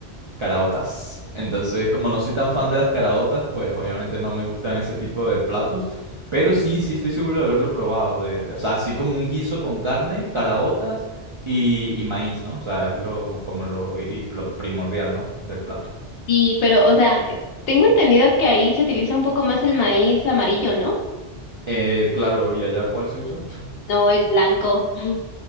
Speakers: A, on the right; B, on the left.
A: caraotas. Entonces, como no soy tan fan de las caraotas, pues obviamente no me gustan ese tipo de platos. Pero sí, sí estoy seguro de haberlo probado. De, de- o sea, así como un guiso con carne, caraotas y, y maíz, ¿no? O sea, es lo, como lo, y- lo primordial, ¿no? Del plato.
B: Y, pero, o sea, tengo entendido que ahí se utiliza un poco más el maíz amarillo, ¿no?
A: Eh, claro, ¿y allá cuál se usa?
B: No es blanco. <laughs>